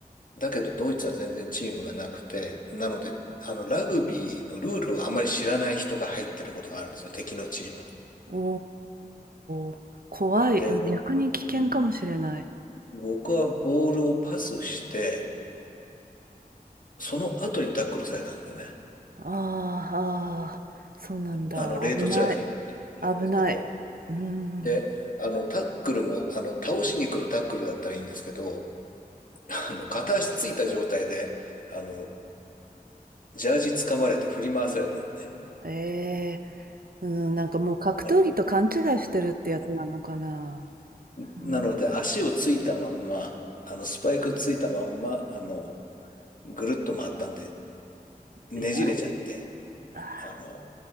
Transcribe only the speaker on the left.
だけどドイツは全然チームがなくて、なので、あの、ラグビーのルールをあまり知らない人が入ってることがあるんですよ、敵のチームに。
で、
僕、うん、僕はボールをパスして、その後にタックルされたんですよね。
あの、レートチャージっていうやつですけど。
で、あの、タックルも、あの、倒しに来るタックルだったらいいんですけど、あの、片足ついた状態で、あの、ジャージ掴まれて振り回されたのね。
あのなので、
足をついたまんま、あの、スパイクついたまんま、あの、ぐるっと回ったんで、ねじれちゃって、
あの、